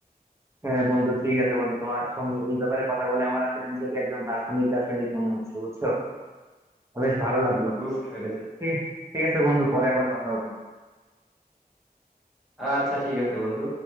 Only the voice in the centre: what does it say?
বুঝতে পেরেছি
আচ্ছা ঠিক আছে বন্ধু